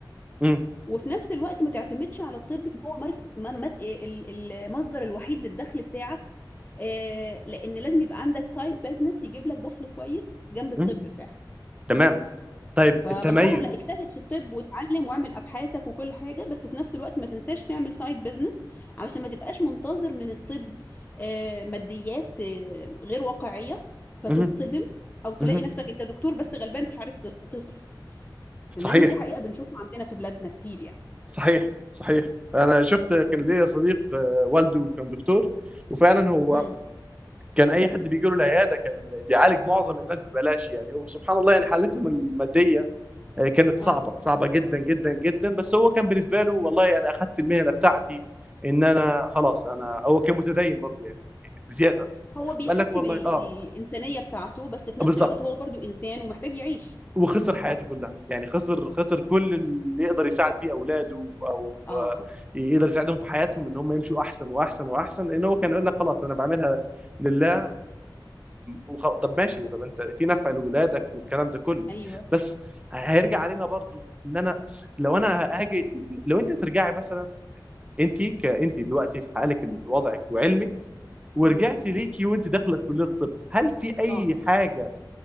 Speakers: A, on the right; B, on the left.
A: مم.
B: وفي نفس الوقت ما تعتمدش على الطب ان هو مرك... ما- ما- إيه، ال- المصدر الوحيد للدخل بتاعك آه، لان لازم يبقى عندك سايد بزنس يجيب لك دخل كويس جنب الطب
A: مم.
B: بتاعك
A: تمام طيب
B: فبنصحهم
A: التميز
B: لا اجتهد في الطب واتعلم واعمل ابحاثك وكل حاجه بس في نفس الوقت ما تنساش تعمل سايد بزنس علشان ما تبقاش منتظر من الطب آه، ماديات آه، غير واقعيه فتتصدم
A: مم.
B: او تلاقي
A: مم.
B: نفسك انت دكتور بس غلبان مش عارف تص- تصرف تمام
A: صحيح
B: ودي حقيقه بنشوفها عندنا في بلادنا كتير يعني
A: صحيح صحيح انا شفت كان ليا صديق آه، والده كان دكتور وفعلا هو
B: امم
A: كان اي حد بيجي له العياده كان بيعالج معظم الناس ببلاش يعني وسبحان الله يعني حالتهم الماديه آه، كانت صعبه
B: اه
A: صعبه جدا جدا جدا بس هو كان بالنسبه له والله انا اخذت المهنه بتاعتي ان انا خلاص انا هو كان متدين برضه يعني بزياده
B: هو بيحكم
A: قال لك والله
B: ال...
A: اه
B: الإنسانية بتاعته بس في نفس
A: بالظبط
B: الوقت هو برضو إنسان ومحتاج يعيش
A: وخسر حياته كلها يعني خسر خسر كل اللي يقدر يساعد بيه اولاده او
B: اه
A: آه، يقدر يساعدهم في حياتهم ان هم يمشوا احسن واحسن واحسن لان هو كان يقول لك خلاص انا بعملها لله وخ... طب ماشي طب انت في نفع لولادك والكلام ده كله
B: ايوه
A: بس هيرجع علينا برضو ان انا لو انا هاجي لو انت ترجعي مثلا انت كانت دلوقتي في حالك وضعك وعلمك ورجعتي
B: تمام
A: ليكي وانت داخله كليه الطب هل في اي
B: اه
A: حاجه